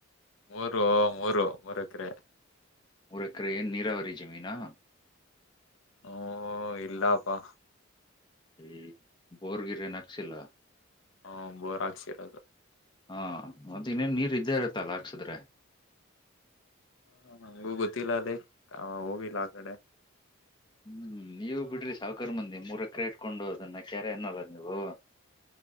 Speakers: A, on the left; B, on the left.
A: ಮೂರು ಮೂರು ಮೂರೆಕ್ರೆ.
B: ಮೂರೇಕ್ರೆ ಏನ್ ನೀರಾವರಿ ಜಮೀನಾ.
A: ಓಹ್ ಇಲ್ಲಾಪಾ.
B: ಏ ಬೋರ್ ಗಿರ್ ಏನ್ ಹಾಕ್ಸಿಲ್ಲ.
A: ಹಾ ಬೋರ್ ಹಾಕ್ಸಿರೋದು.
B: ಹಾ ಮತ್ತೇನ ನೀರ್ ಇದ್ದೇ ಇರತ್ತಲ್ಲ ಹಾಕ್ಸಿದ್ರೆ.
A: ಹ ನಂಗೂ ಗೊತ್ತಿಲ್ಲ ಅಲ್ಲಿ ಆ ಹೋಗಿಲ್ಲ ಆ ಕಡೆ.
B: ಹ್ಮ್ ನೀವು ಬಿಡ್ರಿ ಸಾವಕಾರ ಮಂದಿ ಮೂರ್ ಎಕರೆ ಇಟ್ಕೊಂಡು ಅದನ್ನ ಕ್ಯಾರೆ ಅನ್ನಲ್ಲ ನೀವು. <inaudible>